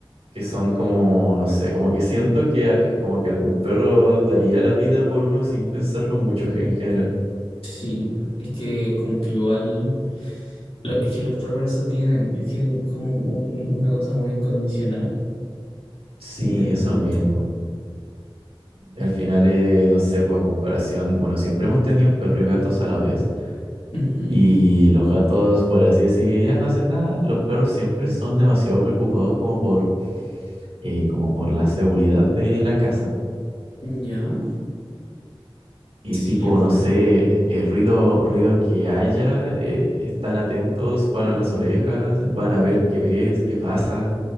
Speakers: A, on the right (about 85°); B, on the left (about 85°).
A: que son como, no sé, como que siento que ah, como que algún perro daría la vida por uno sin pensarlo mucho ge- en general.
B: Sí, es que como que igual, lo- es que los perros eso tienen, es que es como un- una cosa muy incondicional,
A: Sí,
B: literalmente.
A: eso mismo. Al final, eh, no sé, por comparación, bueno, siempre hemos tenido perros y gatos a la vez.
B: Ujú,
A: Y los gatos, por así decir, ya no hacen nada. Los perros siempre son demasiado preocupados como por, eh, como por la seguridad de la casa
B: Ya,
A: Y
B: sí,
A: tipo,
B: es verdad.
A: no sé, eh, ruido, ruido que haya, eh, están atentos, paran las orejas, van a ver qué ves, qué pasa,